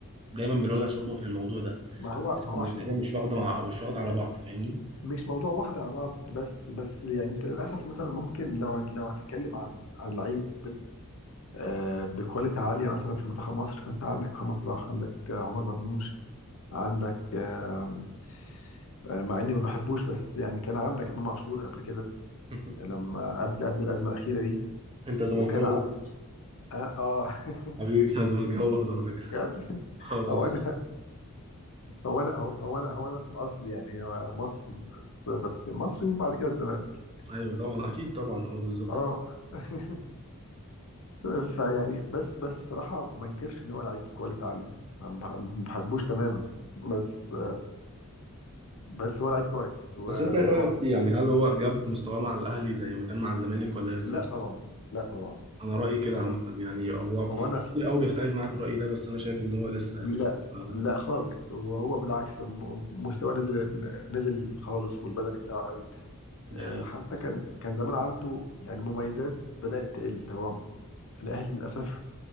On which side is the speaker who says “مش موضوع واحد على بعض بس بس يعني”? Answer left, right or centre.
Left